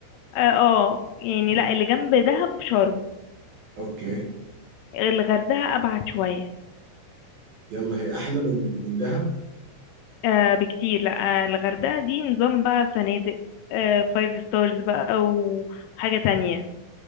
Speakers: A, on the left; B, on the right.
A: اه آه، يعني
B: امم
A: لا اللي جنب دهب شرم
B: اوكي
A: الغردقة ابعد شوية
B: يلا هي احلى من من دهب
A: آه بكتير لا آه الغردقة دي نظام بقى فنادق آه فايف ستارز بقى وحاجة تانية